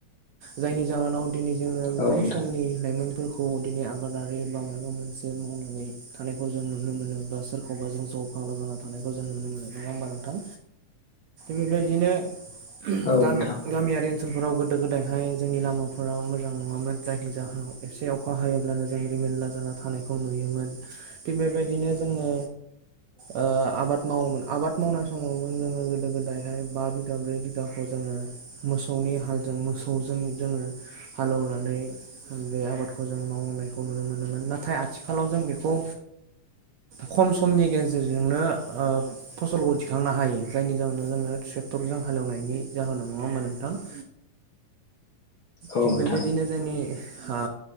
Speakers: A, on the right (about 70°); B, on the left (about 50°).
A: जायनि जाहोनाव दिनै जोङो
B: नोंथां
A: बै समनि लाइमोनफोरखौ दिनै आबादारि माबा मोनसे मावनानै थानायखौ जों नुनो मोनो बा सोरखौबा जों जौ फाग्ला जाना थानायखौ जों नुनो मोनो। नङा होबा नोंथां बेबायदिनो
B: औ नोंथां औ
A: गामि
B: नोंथां
A: गामियारि ओनसोल ओनसोलफोराव गोदो गोदायहाय जोंनि लामाफोरा मोजां नङामोन जायनि जाहोनाव एबसे अखा हायो <unintelligible> जों रिमोनला जाना थानायखौ नुयोमोन थिग बेबायदिनो जोङो ओ आबाद मावोमोन आबाद मावनाय समाव जोङो गोदायहाय बा बिघा ब्रै बिघाखौ जोङो मोसौनि हालजों मोसौजों जोङो हालेवनानै बे आबादखौ जों मावनायखौ नुनो मोनोमोन नाथाय आथिखालाव जों बेखौ खम समनि गेजेरजोंनो ओ फसलखौ दिखांनो हायो जायनि जाहोनाव जोङो ट्रेक्टरजों हालेवनायनि जाहोनाव नङा होमा नोंथां
B: औ नोंथां औ नोंथां औ
A: थिग बेबायदिनो
B: नोंथां
A: जोंनि ओ